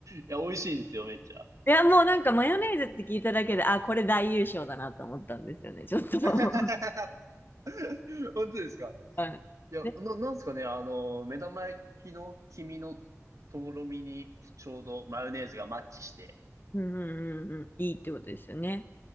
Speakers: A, on the right (about 75°); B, on the left (about 40°).
A: や、美味しいんですよ、めっちゃ。
B: いや、もうなんかマヨネーズって聞いただけで、あ、これ大優勝だなと思ったんですよね、<laughs> ちょっと。<laughs>
A: <laughs> 本当ですか
B: はい。
A: いや、
B: で、
A: な、なんすかね、あの、目玉焼きの黄身のとろみにちょうどマヨネーズがマッチして。
B: うんうんうんうん、いいってことですよね。